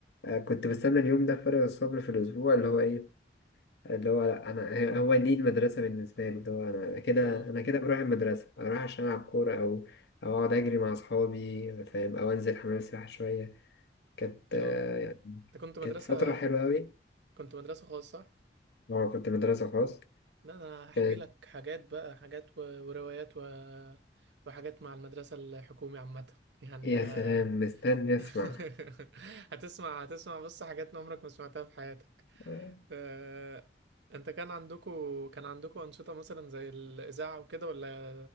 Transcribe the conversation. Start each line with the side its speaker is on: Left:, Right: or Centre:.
Left: آه، كنت بستنى اليوم ده فارغ الصبر في الأسبوع اللي هو إيه اللي هو لا انا هو دي المدرسه بالنسبه لي اللي هو انا كده
Right: اه
Left: انا كده بروح المدرسه اروح عشان العب كوره او او اقعد اجري مع اصحابي فاهم او انزل حمام السباحه شويه كانت
Right: اه
Left: آه، يعني
Right: انت كنت مدرسه
Left: كانت فتره حلوه قوي
Right: كنت مدرسه خاصه صح
Left: هو كنت مدرسه خاص
Right: لا ده انا هحكي
Left: كانت
Right: لك حاجات بقى حاجات و- وروايات و... وحاجات مع المدرسة الحكومي عامة يعني
Left: يا
Right: ه...
Left: سلام مستني اسمع
Right: <laughs> هتسمع هتسمع بص حاجات عمرك ما سمعتها في حياتك
Left: اه
Right: أه... انت كان عندكو كان عندكو أنشطة مثلا زي الإذاعة وكده ولا